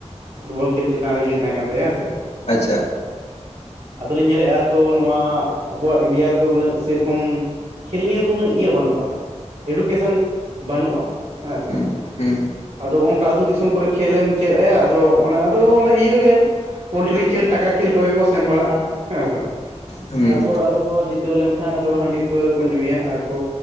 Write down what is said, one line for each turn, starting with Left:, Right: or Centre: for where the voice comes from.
Right: ᱯᱷᱩᱴᱵᱚᱞ ᱠᱷᱮᱞ ᱪᱮᱛᱟᱱ ᱨᱮ ᱤᱭᱟᱹ ᱛᱟᱦᱮᱸ ᱠᱟᱱ ᱛᱟᱭᱟ ᱦᱮᱸ ᱥᱮ
Left: ᱟᱪᱪᱷᱟ
Right: ᱟᱫᱚᱞᱤᱧ ᱧᱮᱞᱮᱫ-ᱟ ᱛᱚ ᱱᱚᱣᱟ ᱟᱵᱚᱣᱟᱜ ᱤᱱᱰᱤᱭᱟ ᱨᱮᱫᱚ ᱩᱱᱟᱹᱜ ᱥᱮᱨᱚᱠᱚᱢ ᱠᱷᱮᱞ ᱱᱤᱭᱟᱹ ᱫᱚ ᱩᱱᱟᱹᱜ ᱤᱭᱟᱹ ᱵᱟᱹᱱᱩᱜ-ᱟ ᱮᱰᱩᱠᱮᱥᱚᱱ ᱵᱟᱹᱱᱩᱜ-ᱟ ᱦᱮᱸ ᱥᱮ
Left: ᱦᱩᱸ ᱦᱩᱸ
Right: ᱟᱫᱚ ᱚᱱᱠᱟ ᱟᱹᱛᱩ ᱫᱤᱥᱚᱢ ᱠᱚᱨᱮ ᱠᱷᱮᱞ ᱮᱢ ᱪᱮᱫ ᱟᱭᱟ ᱟᱫᱚ ᱚᱱᱮ ᱟᱫᱚ ᱚᱱᱮ ᱤᱭᱟᱹ ᱜᱮ ᱯᱳᱞᱴᱨᱤ ᱠᱷᱮᱞ ᱴᱟᱠᱟ ᱠᱷᱮᱞ ᱠᱚᱜᱮ ᱠᱚ ᱥᱮᱱ ᱵᱟᱲᱟᱜ-ᱟ ᱦᱮᱸ ᱥᱮ
Left: ᱦᱩᱸ
Right: ᱛᱟᱨᱯᱚᱨ ᱟᱫᱚ ᱠᱚ ᱡᱤᱛ ᱛᱟᱹᱣ ᱞᱮᱱᱠᱷᱟᱱ ᱟᱫᱚ ᱦᱟᱺᱰᱤ ᱯᱟᱹᱣᱨᱟᱹ ᱠᱚ ᱧᱩᱭᱟ ᱟᱨᱠᱚ